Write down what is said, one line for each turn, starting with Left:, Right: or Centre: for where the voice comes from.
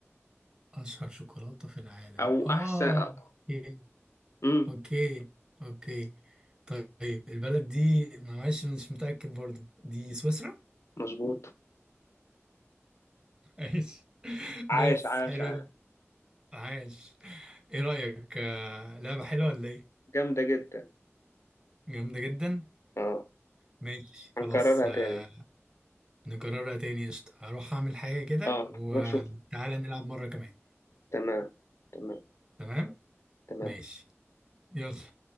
Right: أشهر شوكولاتة في العالم
Left: او
Right: آه
Left: احسن
Right: أوكي
Left: امم
Right: اوكي اوكي طيب البلد دي معلش مش متأكد برضو دي سويسرا
Left: مظبوط
Right: ماشي <laughs>
Left: عاش
Right: نايس
Left: عاش
Right: حلو
Left: عاش
Right: ده عاش ايه رأيك آه، لعبة حلوة ولا ايه
Left: جامده جدا
Right: جامدة جدا
Left: اه
Right: ماشي
Left: هنكررها
Right: خلاص آه،
Left: تاني
Right: نكررها تاني قشطة هروح اعمل حاجة كده
Left: اه
Right: وتعالى
Left: روح شوف
Right: نلعب مرة كمان
Left: تمام تمام
Right: تمام
Left: تمام
Right: ماشي يلا